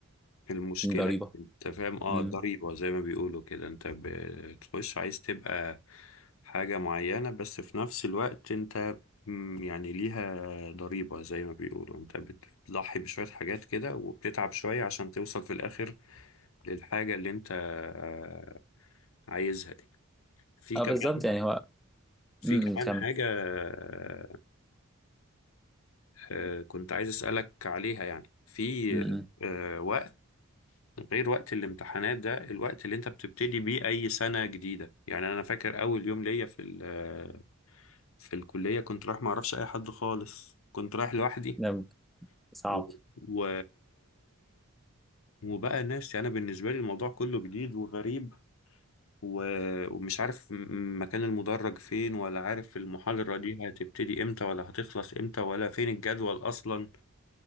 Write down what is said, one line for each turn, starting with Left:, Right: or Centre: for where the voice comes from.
Left: المشكلة
Centre: ضريبه
Left: انت فاهم اه
Centre: امم
Left: ضريبة زي ما بيقولوا كده انت بتخش عايز تبقى حاجة معينة بس في نفس الوقت انت مم، يعني ليها ضريبة زي ما بيقولوا انت بتضحي بشوية حاجات كده وبتتعب شوية عشان توصل في الآخر للحاجة اللي انت آه، عايزها دي في
Centre: اه
Left: كمان
Centre: بالظبط يعني هو
Left: في
Centre: امم
Left: كمان
Centre: تكمل
Left: حاجة آه، آه، كنت عايز أسألك عليها يعني في
Centre: امم
Left: آه، وقت غير وقت الامتحانات ده الوقت اللي انت بتبتدي بيه اي سنة جديدة يعني انا فاكر اول يوم ليا في ال- في الكلية كنت رايح ما اعرفش اي حد خالص كنت رايح لوحدي
Centre: ده صعب
Left: و... و... وبقى ناس يعني انا بالنسبة لي الموضوع كله جديد وغريب و... ومش عارف م- مكان المدرج فين ولا عارف المحاضرة دي هتبتدي امتى ولا هتخلص امتى ولا فين الجدول اصلا